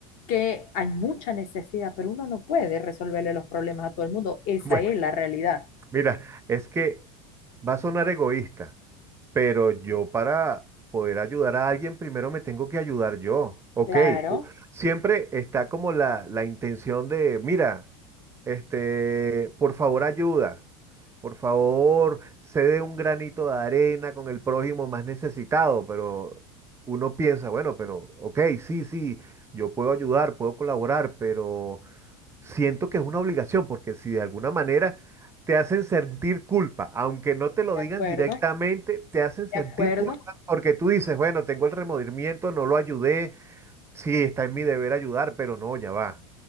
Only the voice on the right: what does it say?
<laughs> bueno,
mira, es que va a sonar egoísta. Pero yo para poder ayudar a alguien, primero me tengo que ayudar yo. Ok,
u- siempre está como la, la intención de, mira, este, por favor ayuda, por favor cede un granito de arena con el prójimo más necesitado, pero uno piensa, bueno, pero ok, sí, sí, yo puedo ayudar, puedo colaborar, pero siento que es una obligación, porque si de alguna manera te hacen sentir culpa, aunque no te lo
digan
directamente, te hacen
sentir
culpa porque tú dices, bueno, tengo el remordimiento, no lo ayudé, Sí, está en mi deber ayudar, pero no, ya va.